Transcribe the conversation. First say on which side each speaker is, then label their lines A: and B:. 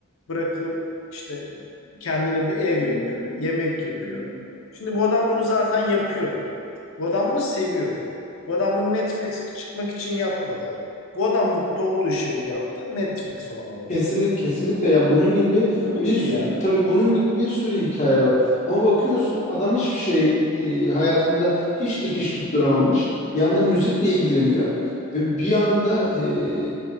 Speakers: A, on the left; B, on the left.
A: bırakılıp işte kendine bir ev yapıyor, yemek yapıyor. Şimdi bu adam bunu zaten yapıyordu. Bu adam bunu seviyordu. Bu adam bunu Netflix'e çıkmak için yapmadı. Bu adam mutlu olduğu şeyi yaptı. Netflix onu aldı.
B: kesinlikle kesinlikle ya bunun gibi
A: Bunun
B: bir
A: gibi
B: sürü
A: yani.
B: tabii bunun gibi bir sürü hikaye var. Ama bakıyorsun adam hiçbir şey e, hayatında hiç dikiş tutturamamış. Bir yanda müzikle ilgileniyor ve bir yanda e,